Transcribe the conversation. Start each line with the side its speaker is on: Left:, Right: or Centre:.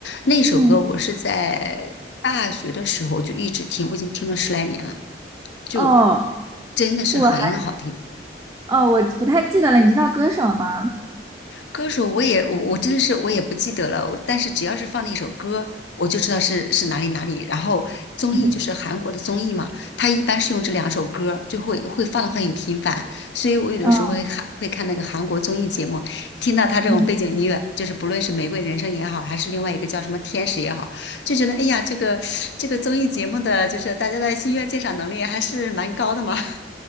Left: 那首歌我是在大学的时候就一直听，
Right: 嗯，
Left: 我已经听了十来年了，就
Right: 哦，
Left: 真的是很好听。
Right: 我还，哦，我不太记得了，你知道歌手吗？
Left: 歌手我也我我真的是我也不记得了，我但是只要是放了一首歌，我就知道是是哪里哪里。然后综艺就是韩国的综艺嘛，
Right: 嗯，
Left: 它一般是用这两首歌，就会会放的会很频繁，所以我有的时候会看会看那个韩国综艺节目，
Right: 嗯，
Left: 听到他这种背景音乐，
Right: 嗯
Left: 就是不论是《玫瑰人生》也好，还是另外一个叫什么《天使》也好，就觉得哎呀，这个这个综艺节目的就是大家的音乐鉴赏能力还是蛮高的嘛。